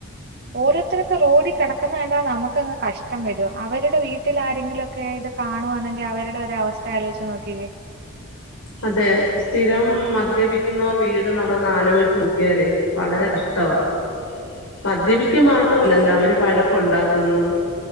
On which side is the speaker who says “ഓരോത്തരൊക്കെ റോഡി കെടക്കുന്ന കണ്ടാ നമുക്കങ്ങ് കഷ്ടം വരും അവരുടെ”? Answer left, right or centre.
Right